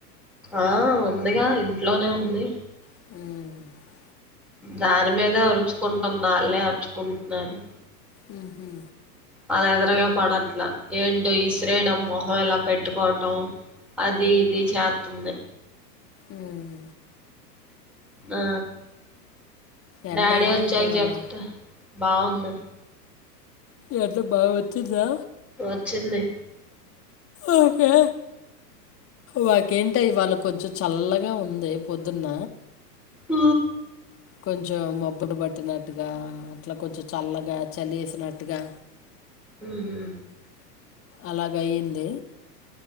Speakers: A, in the centre; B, on the left.
A: ఆ ఉందిగా ఇంట్లోనే ఉంది
B: <unintelligible>
A: దాని మీదే అరుచుకుంటుంది ఆళ్ళే అరుచుకుంటున్నారు
B: ఉహూ
A: అలా ఇద్దరికీ పడట్లా ఏంటో ఇసిరేయడం మొహం ఇలా పెట్టుకోవటం అది ఇది చేత్తంది
B: ఉమ్
A: ఆ
B: ఎండెలా
A: డాడీ వచ్చాక
B: ఉంది ఇవాళ?
A: చెప్త బావుంది
B: ఎట్ల బా వచ్చిందా
A: వచ్చింది
B: ఓకే మాకేంటే ఇవాళ కొంచెం చల్లగా ఉంది పొద్దున్న
A: ఆ
B: కొంచెం మబ్బులు పట్టినట్టుగా అట్లా కొంచెం చల్లగా చలేసినట్టుగా
A: ఉహూ
B: అలాగ అయ్యింది